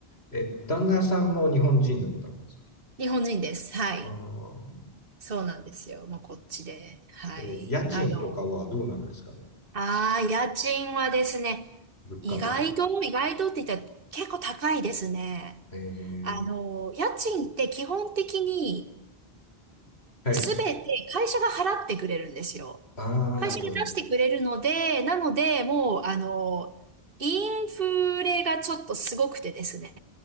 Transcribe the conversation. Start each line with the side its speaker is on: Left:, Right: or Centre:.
Left: え、旦那さんも日本人の方なんですか
Right: 日本人です。はい。
Left: ああー、
Right: そうなんですよ。まあ、こっちで。はい。
Left: えー家賃とかはどうなんですかね
Right: あの、ああ、家賃はですね、
Left: 物価とか。
Right: 意外と、意外とって言ったら結構高いですね。
Left: ええ
Right: あの、家賃って基本的に
Left: はい。
Right: すべて会社が払ってくれるんですよ。
Left: ああ、
Right: 会社が出してくれるので、
Left: なるほど。
Right: なので、もう、あの、インフレがちょっとすごくてですね、